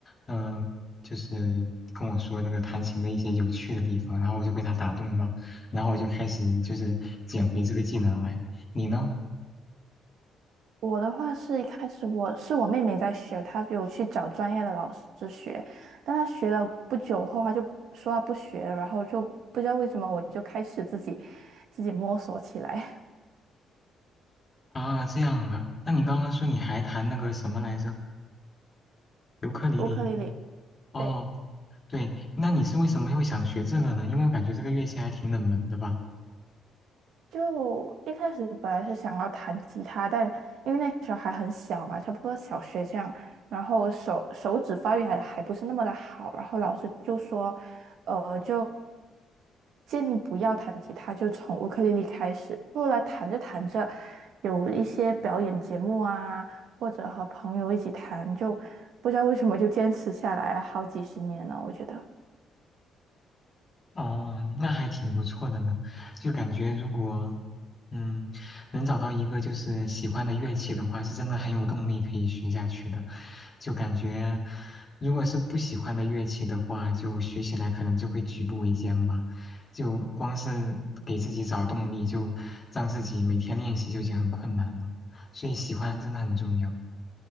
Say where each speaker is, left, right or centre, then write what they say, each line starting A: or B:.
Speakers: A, on the left (about 30°); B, on the right (about 75°).
A: 嗯、就是跟我说那个弹琴的一些有趣的地方，然后我就被他打动了，然后我就开始就是捡回这个技能来。你呢？
B: 我的话是一开始我是我妹妹在学，她有去找专业的老师学，但她学了不久后，她就说她不学了然后就不知道为什么我就开始自己自己摸索起来
A: 啊，这样啊，那你刚刚说你还弹那个什么来着？尤克里里？
B: <laughs> 乌克丽丽。
A: 哦，
B: 对。
A: 对，那你是为什么会想学这个呢？因为我感觉这个乐器还挺冷门的吧。
B: 就一开始本来是想要弹吉他，但因为那时候还很小嘛，差不多小学这样，然后手手指发育还还不是那么的好，然后老师就说，呃，就建议不要弹吉他，就从乌克丽丽开始。后来弹着弹着，有一些表演节目啊，或者和朋友一起弹，就不知道为什么就坚持下来好几十年了，我觉得。
A: 哦，那还挺不错的呢，就感觉如果，嗯，能找到一个就是喜欢的乐器的话，是真的很有动力可以学下去的。就感觉，如果是不喜欢的乐器的话，就学起来可能就会举步维艰吧。就光是给自己找动力，就让自己每天练习就已经很困难了。所以喜欢真的很重要。